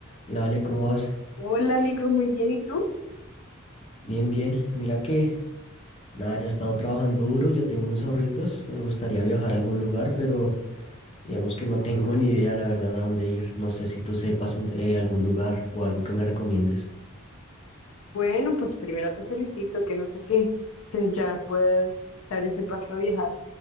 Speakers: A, on the left (about 30°); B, on the left (about 80°).
A: La Ale, ¿cómo vas?
B: Hola Nico, muy bien. ¿Y tú?
A: Bien, bien. Mira que, nada, ya he estado trabajando duro, yo tengo unos ahorritos, me gustaría viajar a algún lugar, pero digamos que no tengo <laughs> ni idea, la verdad, a dónde ir. No sé si tú sepas mm, eh, algún lugar o algo que me recomiendes. <clears throat>
B: Bueno, pues primero te felicito, que no sé qué, que ya puedas dar ese paso a viajar.